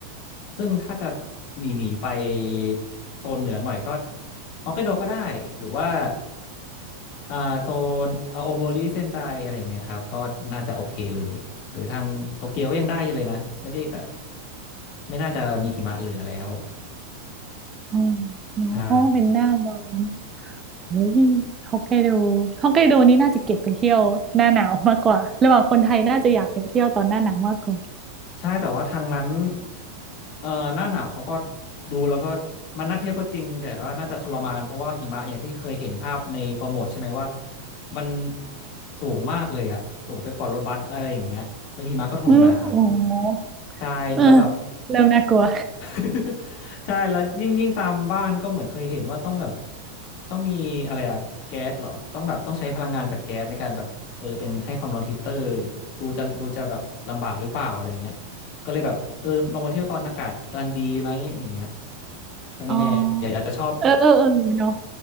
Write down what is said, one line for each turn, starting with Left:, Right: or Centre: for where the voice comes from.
Left: ซึ่งถ้าจะหนีหนีไปโซนเหนือหน่อยก็ฮอกไกโดก็ได้หรือว่าอ่าโซนอาโอโมริเซนไดอะไรอย่างเงี้ยครับก็น่าจะโอเคเลยหรือทางโตเกียวก็ยังได้อยู่เลยนะไม่ได้แบบไม่น่าจะมีหิมะเหลือแล้ว
Right: อ๋อเนาะอ๋อเป็นหน้าร้อน
Left: ใช่
Right: โอ้ยฮอกไกโดฮอกไกโดนี่น่าจะเก็บไปเที่ยวหน้าหนาวมากกว่าระหว่างคนไทยน่าจะอยากไปเที่ยวตอนหน้าหนาวมากกว่า
Left: ใช่แต่ว่าทางนั้นเอ่อหน้าหนาวเขาก็ดูแล้วก็มันน่าเที่ยวก็จริงแต่ว่าน่าจะทรมานเพราะว่าหิมะอย่างที่เคยเห็นภาพในโปรโมทใช่ไหมว่ามันสูงมากเลยอะสูงไปกว่ารถบัสอะไรอย่างเงี้ยแล้วหิมะก็โถมหนา
Right: อืมโอ้โห
Left: ใช่แล้วแบบ
Right: เออเริ่มน่ากลัว
Left: <laughs> ใช่แล้วยิ่งยิ่งตามบ้านก็เหมือนเคยเห็นว่าต้องแบบต้องมีอะไรอะแก๊สเหรอต้องแบบต้องใช้พลังงานจากแก๊สในการแบบเออเป็นให้ความร้อนฮีตเตอร์ดูจะดูจะแบบลำบากหรือเปล่าอะไรเงี้ยก็เลยแบบเออลองมาเที่ยวตอนอากาศกำลังดีไหมอย่างเงี้ยก็ไม่แน่เดี๋ยวอาจจะชอบ
Right: อ๋อเออเออเออเนาะ